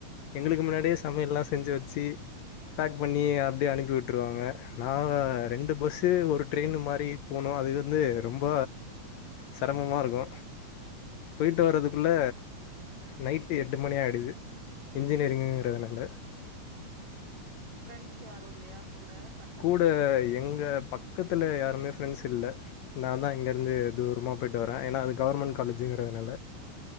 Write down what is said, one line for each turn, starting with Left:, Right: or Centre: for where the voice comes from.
Left: எங்களுக்கு முன்னாடியே சமைய ல்லா செஞ்சு வச்சு பேக் பண்ணி அப்படியே அனுப்பி விட்டுருவாங்க நா ரெண்டு பஸ்ஸ ஒரு ட்ரெயின் மாரி பொன்னு அது வந்து ரொம்ப சிரமா இருக்கு போயிட்டு வரதுக்குள்ள நைட்டு எட்டு மணி ஆயிடுது இன்ஜினியரிங்கிறதுனால
Right: ப்ரெண்ட்ஸ் யாரு இல்லையா கூட பக்
Left: கூட எங்க பக்கத் தத்துல யாருமே ஃப்ரெண்ட்ஸ் இல்ல நா தா இங்க இருந்து தூரமா போயிட்டு வரே ஏன்னா அது கவர்மெண்ட் காலேஜுங்கிறதுனால